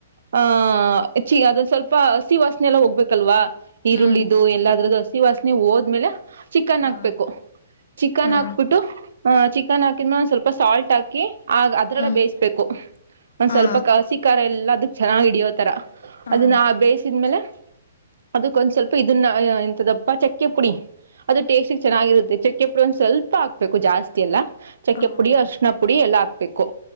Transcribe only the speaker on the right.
ಆಹ ಚಿ ಅದೊಂದು ಸ್ವಲ್ಪ ಹಸಿ ವಾಸನೆ ಎಲ್ಲ ಹೋಗ್ಬೇಕಲ್ವಾ ಈರುಳ್ಳಿದು
ಎಲ್ಲದ್ರದ್ದು ಹಸಿ ವಾಸನೆ ಹೋದ್ಮೇಲೆ ಚಿಕನ್
ಹಾಕ್ಬೇಕು ಚಿಕನ್
ಹಾಕ್ಬಿಟ್ಟು ಆ ಚಿಕನ್ ಹಾಕ್ ಇನ್ನೊಂದು ಸ್ವಲ್ಪ ಸಾಲ್ಟ್ ಹಾಕಿ ಆ ಅದ್ರಲ್ಲ
ಬೇಯಿಸ್ಬೇಕು ಒಂದ್
ಸ್ವಲ್ಪ ಕಸಿಕಾರ ಎಲ್ಲ ಅದಕ್ ಚೆನ್ನಾಗಿ ಹಿಡಿಯೋತರ
ಅದನ್ನ ಬೇಯಿಸಿದ್ಮೇಲೆ ಅದಕ್ ಒಂದ್ ಸ್ವಲ್ಪ ಇದನ್ನ ಎಂತದಪ್ಪ ಚಕ್ಕೆ ಪುಡಿ ಅದು ಟೇಸ್ಟಿಗೆ ಚೆನ್ನಾಗಿರುತ್ತೆ ಚಕ್ಕೆಪ್ಪು ಒಂದ ಸ್ವಲ್ಪ ಹಾಕ್ಬೇಕು ಜಾಸ್ತಿ ಎಲ್ಲ ಚಕ್ಕೆ
ಪುಡಿ ಅಶಣ ಪುಡಿ ಎಲ್ಲ ಹಾಕ್ಬೇಕು